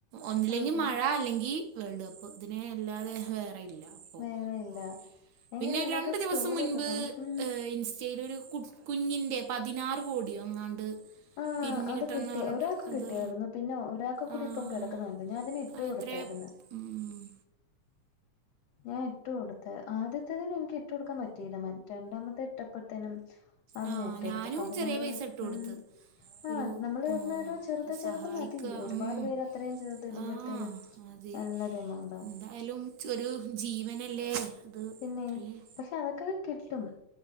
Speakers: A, on the right; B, on the left.
A: ഒന്നില്ലെങ്കിൽ
B: അതെ
A: മഴ അല്ലെങ്കിൽ വേൾഡ് കപ്പ് ഇതിനെ അല്ലാതെ വേറെ ഇല്ല അപ്പോ
B: വേറെ ഇല്ല
A: അ
B: എങ്ങനെ
A: പിന്നെ
B: എല്ലാവരുടെയും
A: രണ്ട്
B: സ്റ്റോറിയൊക്കെ
A: ദിവസം മുൻപ്
B: കാണും ഉം
A: ഇൻസ്റ്റയിലരു കു കുഞ്ഞിൻ്റെ പതിനാറ് കോടി ഒങ്ങാണ്ട്
B: ആഹ്
A: പിരിഞ്ഞ്
B: അത്
A: കിട്ടാന്ന്
B: കിട്ടി
A: പറഞ്ഞിട്ട്
B: ഒരാൾക്ക്
A: അതാ
B: കിട്ടിയായിരുന്നു പിന്നെ ഒരാൾക്ക് കൂടി
A: ആഹ്
B: ഇപ്പം കിടക്കുന്നുണ്ട് ഞാൻ അതിന് ഇട്ട്
A: ആ
B: കൊടുത്തായിരുന്നു
A: എത്രയാ മ് ഹ്
B: ഞാൻ ഇട്ടു കൊടുത്ത ആദ്യത്തേതിനു എനിക്ക് ഇട്ടു കൊടുക്കാൻ പറ്റിയില്ല മറ്റ രണ്ടാമത്തെ ഇട്ടപ്പോഴത്തേനും അത്
A: ആ
B: ഞാ ഇട്ടുകൊടുത്തെ
A: ഞാനും
B: പതിനാറ്
A: ചെറിയ പൈസ ഇട്ട് കൊടുത്ത്
B: ഉം ആഹ്
A: ഒരു
B: നമ്മള
A: ആ,
B: ഇടുന്ന ചെറുത് ചെറുത്
A: സഹായിക്കുക
B: മതി ഒരുപാട്
A: ഉം.
B: പേര് അത്രയും ചെറുത് ഇടുമ്പോഴത്തേന്
A: ആ അതെ
B: നല്ലൊരു എമൗണ്ടാവും
A: എന്തായാലും ഒരു ജീവനല്ലേ അത്
B: പിന്നെ
A: ഇത്രയും
B: പക്ഷെ അതൊക്കെ കിട്ടും